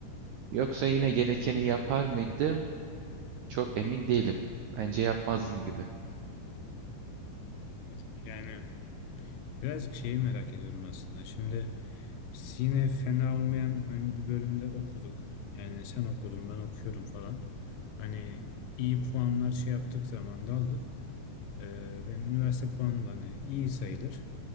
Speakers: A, on the right; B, on the left.
A: Yoksa yine gerekeni yapar mıydım? Çok emin değilim. Bence yapmazdım gibi.
B: anladım. Yani Birazcık şeyi merak ediyorum aslında. Şimdi biz yine fena olmayan hani bir bölümde okuduk. Yani sen okudun, ben okuyorum falan. Hani iyi puanlar şey yaptık zaman da aldık. Ee, benim üniversite puanım da hani iyi sayılır.